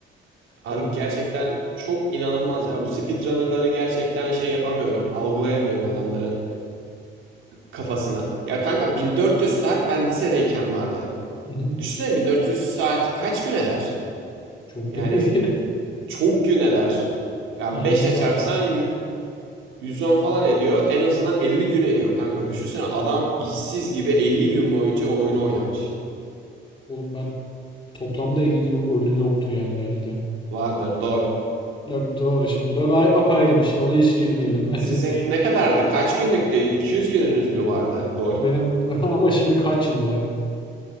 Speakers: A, on the right (about 85°); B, on the left (about 25°).
A: A-
B: garip
A: Gerçekten
B: ya.
A: çok inanılmaz ya. Bu speedrunner'ları gerçekten şey yapamıyorum. Algılayamıyorum adamların kafasını. Ya kanka 1400 saat ben lisedeyken vardı.
B: Hı hı.
A: Düşünsene 1400 saat kaç gün eder?
B: Çok
A: Yani
B: benziyor.
A: çok gün eder. Ya
B: <laughs> 20
A: 5 ile
B: saattesin.
A: çarpsan 110 falan ediyor. En azından 50 gün ediyor kanka. Düşünsene adam işsiz gibi 50 gün boyunca o oyunu oynamış.
B: Oğlum ben toplamda 50 gün oyunum yoktur yani belki de.
A: Vardır lol.
B: Ya doğru şimdi. LoL ay- apayrı bir şey. Ona hiç girmeyelim <laughs> bence.
A: Sizin ne kadardı? Kaç günlüktü? 200 gününüz mü vardı? Lol.
B: Benim <laughs> ama şimdi kaç yılda?